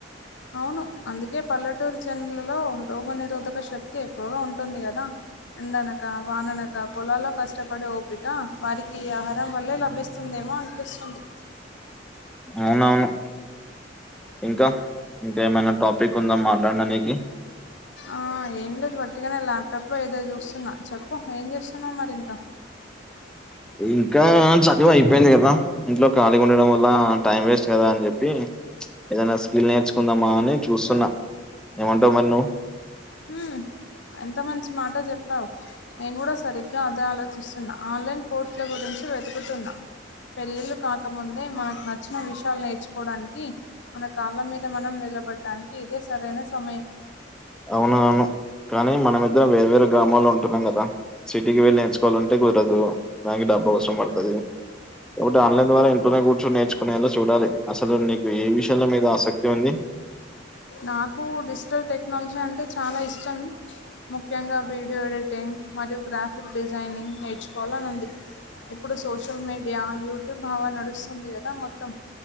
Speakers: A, on the left (about 70°); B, in the centre.
A: అవును అందుకే పల్లెటూర్ జన్లలో రోగ నిరోధక శక్ క్తి ఎక్కువగా ఉంటుంది కదా ఎండనక, వాననక పొలాల్లో కష్టపడే ఓపిక వారికి ఈ ఆహారం వల్లే లభిస్తుందే మో అన్పిస్తుంది.
B: అవునవును. ఇంక ఇంకేమైనా టాపిక్ ఉందా మాట్లాడనీకి
A: ఆ ఏం లేదు వట్టిగనే ల్యాప్టాప్లో ఏదో చూస్తున్నా. చెప్పు ఏం చేస్తున్నావు మరి ఇంకా
B: ఇంకా చదువు అయిపోయింది కదా ఇంట్లో ఖాళీగుండడం వల్ల టైం వేస్ట్ కదా అని చెప్పి ఏదన్న స్కిల్ నేర్చుకుందామా అని చూస్తున్న. ఏమంటవు మరి నువ్వు
A: హ్మ్ ఎంత మంచి మాట చెప్పావు. నేన్ గుడా సరిగ్గా అదే ఆలోచిస్తున్నా ఆన్లైన్ కోర్సుల గురిం వెతుకుతున్నా పెళ్ళిళ్ళు కాకముందే మనక్ నచ్చిన విషయాల్ నేర్చుకోడానికి మన కాళ్ళ మీద మనం నిలబడ్డానికి ఇదే సరైన సమయం.
B: అవునా అను కానీ మనమిద్దరం వేరు వేరు గ్రామాల్లో ఉంటున్నాం కదా సిటీకి వెళ్ళి నేర్చుకోవాలంటే కుదరదు డబ్బు అవసరం పడ్తది. కాబట్టి ఆన్లైన్ ద్వారా ఇంట్లోనే కూర్చొన్ నేర్చుకునేలా చూడాలి. అసలు నీకు ఏ విషయంలో మీద ఆసక్తి ఉంది.
A: నాకు డిజిటల్ టెక్నాలజీ అం టే చాలా ఇష్టం. ముఖ్యంగా వీడియో ఎడిటింగ్ మరియు గ్రాఫిక్ డిజైనింగ్ నేర్చు కోవాలన్ ఉంది. ఇప్పుడు సోషల్ మీడియా, యూట్యూబ్ హవా నడుస్తుంది కదా మొత్తం.